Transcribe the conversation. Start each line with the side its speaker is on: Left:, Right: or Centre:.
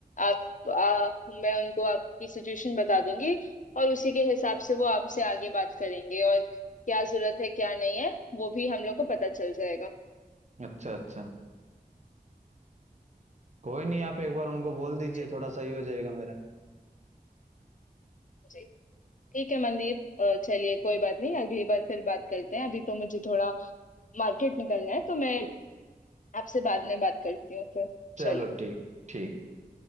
Left: आप आ, मैं उनको आपकी सिचुएशन बता दूंगी और उसी के हिसाब से वो आपसे आगे बात करेंगे और क्या जरूरत है क्या नहीं है वो भी हम लोग को पता चल जाएगा
Right: अच्छा अच्छा कोई नहीं आप एक बार उनको बोल दीजिए
Left: जी
Right: थोड़ा सही हो जाएगा मेरा
Left: जी ठीक है मनदीप अ, चलिए कोई बात नहीं अगली बार फिर बात करते हैं अभी तो मुझे थोड़ा मार्केट निकलना है तो मैं आपसे बाद में बात करती हूँ फिर
Right: चलो
Left: चलिए
Right: ठीक ठीक